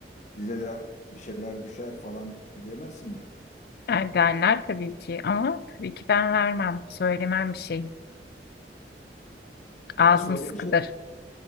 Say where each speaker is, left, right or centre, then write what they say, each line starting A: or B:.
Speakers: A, on the left; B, on the left.
A: bize de bir şeyler düşer falan demesinler.
B: Yani derler tabii ki ama tabii ki ben vermem. Söylemem bir şey. Ağzım
A: Ya şöyle
B: sıkıdır.
A: bir şey.